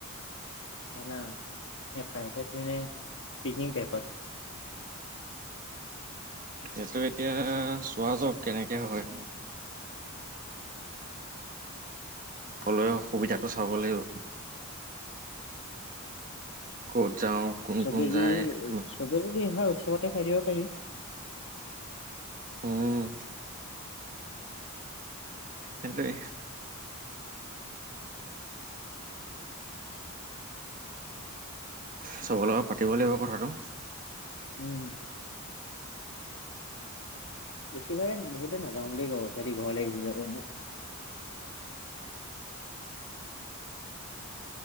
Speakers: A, on the left; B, on the right.
A: খানা ন প্ৰাইভেট নে পিকনিক টাইপত।
B: সেইটো এতিয়া চোৱা যাক কেনেকৈ হয়। ফলয়। কবিতাটো চাবলাগিব। ক'ত যাওঁ কোন
A: চবে
B: কোন
A: যি
B: যায় আমি
A: চবেৰ। হয় ওচৰতে খাই দিব পাৰিম।
B: উম। সেইটোৱে। চব লগত পাতিব লাগিব কথাটো।
A: উম। বেছিভাগে নো বহুতে নাযাওঁ বুলি কো ঘৰলৈ বেছি যাব ন।